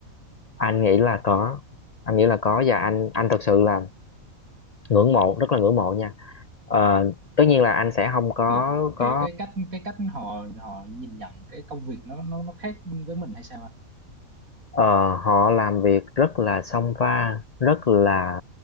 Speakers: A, on the left; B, on the right.
A: anh nghĩ là có anh nghĩ là có và anh anh thật sự là ngưỡng mộ rất là ngưỡng mộ nha Ờ, tất nhiên là anh sẽ không có
B: kiểu
A: có
B: kiểu cái cách cái cách họ họ nhìn nhận cái công việc nó nó nó khác với mình hay sao anh
A: ờ, họ làm việc rất là song pha rất là